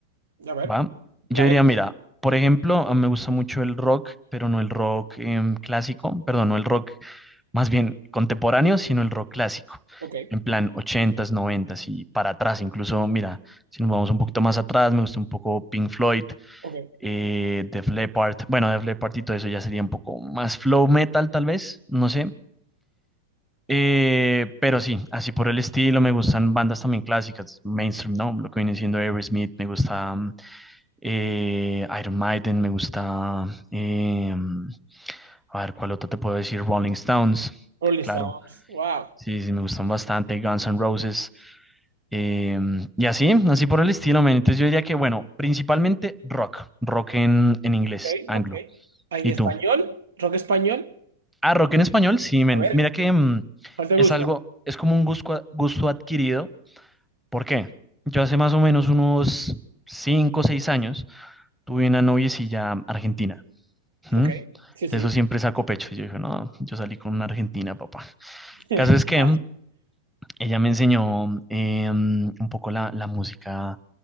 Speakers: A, on the right; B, in the centre.
A: A ver,
B: ¿va? Yo
A: dale.
B: diría, mira, por ejemplo, a mí me gusta mucho el rock, pero no el rock em, clásico, perdón, no el rock más bien contemporáneo, sino el rock clásico,
A: Ok,
B: en plan ochentas noventas y para atrás, incluso, mira, si nos vamos un poquito más atrás, me gusta un poco Pink Floyd,
A: ok.
B: eh, Def Leppard, bueno, Def Leppard y todo eso ya sería un poco más flow metal, tal vez, no sé. Eh, pero sí, así por el estilo, me gustan bandas también clásicas, mainstream, ¿no? Lo que viene siendo Aerosmith, me gusta. mm, eh, Iron Maiden, me gusta, em, a ver, ¿cuál otro te puedo decir? Rolling Stones,
A: Rolling
B: claro,
A: Stones. Wow.
B: sí, sí, me gustan bastante, Guns N' Roses, em, y así, así por el estilo, men. Entonces yo diría que, bueno, principalmente rock, rock en, en inglés,
A: Ok,
B: anglo,
A: ok. Ah, ¿En
B: ¿y
A: español?
B: tú?
A: ¿Rock español?
B: Ah, rock en español, sí, men,
A: A ver,
B: mira que mm,
A: ¿cuál te
B: es
A: gusta?
B: algo, es como un gusto, gusto adquirido, ¿por qué? Yo hace más o menos unos cinco o 6 años tuve una noviecilla argentina. ¿Mm?
A: Ok, sí, sí.
B: De eso siempre saco pecho. y Yo dije, no, yo salí con una argentina, papá.
A: <laughs>
B: Caso es que ella me enseñó eh, un poco la, la música